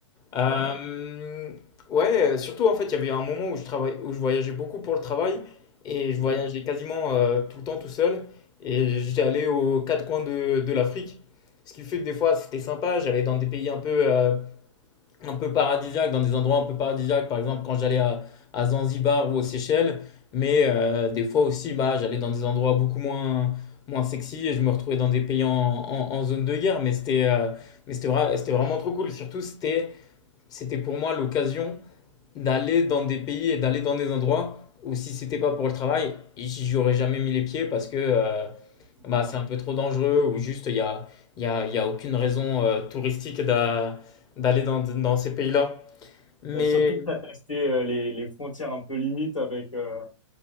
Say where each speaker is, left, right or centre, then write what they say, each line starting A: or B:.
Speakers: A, on the left; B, on the left.
A: Euh,
B: Ouais,
A: ouais, euh, surtout en fait, il y avait un moment où je travaillais, où je voyageais beaucoup pour le travail et je
B: ok.
A: voyageais quasiment euh, tout le temps tout seul et j'étais allé aux quatre coins de, de l'Afrique. Ce qui fait que des fois c'était sympa, j'allais dans des pays un peu, euh, un peu paradisiaques, dans des endroits un peu paradisiaques, par exemple quand j'allais à, à Zanzibar ou aux Seychelles, mais euh, des fois aussi bah, j'allais dans des endroits beaucoup moins, moins sexy et je me retrouvais dans des pays en, en- en zone de guerre, mais c'était euh, mais c'était vra- c'était vraiment trop cool, surtout c'était c'était pour moi l'occasion d'aller dans des pays et d'aller dans des endroits où si c'était pas pour le travail, j'y aurais jamais mis les pieds parce que euh, bah,
B: Bon.
A: c'est un peu trop dangereux ou juste il y a, il y a, il y a aucune raison euh, touristique d'a- d'aller dans, dans ces pays-là. Mais
B: Et surtout que tu as testé euh, les, les frontières un peu limites avec euh,